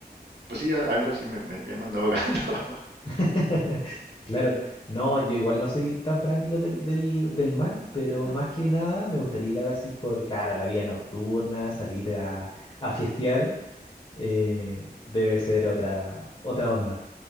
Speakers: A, on the right (about 80°); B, on the left (about 35°).
A: pues sí, ya algo así me, me, me andado ahogando. <laughs>
B: <laughs> Claro, no, yo igual no soy tan fanático del, del, del mar, pero
A: Ujú.
B: más que nada me gustaría ir a Brasil por, claro, la vida nocturna, salir a, a fiestear. eh, debe ser otra, otra onda.